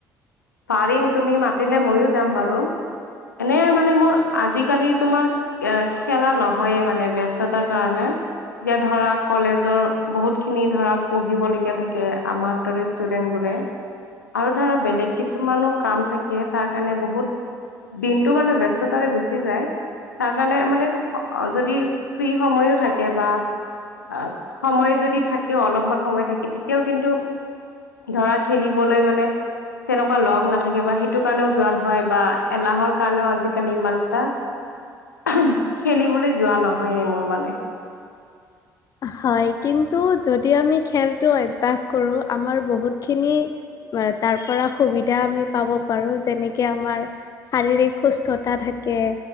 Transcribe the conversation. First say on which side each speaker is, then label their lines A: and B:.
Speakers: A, on the left (about 80°); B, on the left (about 35°).
A: পাৰিম তুমি মাতিলে মইয়ো যাম বাৰু এনে মানে মোৰ আজিকালি তোমাৰ এ খেলা নহয়ে মানে ব্যস্ততাৰ কাৰণে এতিয়া ধৰা কলেজৰ বহুত খিনি ধৰা পঢ়িবলগীয়া থাকে আমাৰ দৰে ষ্টুডেন্ট বোৰে
B: <inaudible>
A: আৰু ধৰা বেলেগ কিছুমানো কাম থাকে তাৰ কাৰণে বহুত দিনটো মানে ব্যস্ততাৰে গুচি যায়। তাৰ কাৰণে মানে যদি ফ্ৰী সময়ো থাকে বা অ' সময় যদি থাকে অলপমান সময় থাকে তেতিয়াও কিন্তু ধৰা খেলিবলৈ মানে। তেনেকুৱা লগ নাথাকে বা সেইটো কাৰণেও যোৱা নহয় বা এলাহৰ কাৰণেও আজিকালি ইমান এটা এহ খেলিবলৈ যোৱা নহয়ে মোৰ মানে।
B: হয় কিন্তু যদি আমি খেলটো অভ্যাস কৰো আমাৰ বহুতখিনি তাৰ পৰা সুবিধা আমি পাব পাৰো যেনেকে আমাৰ শাৰীৰিক সুষ্টতা থাকে।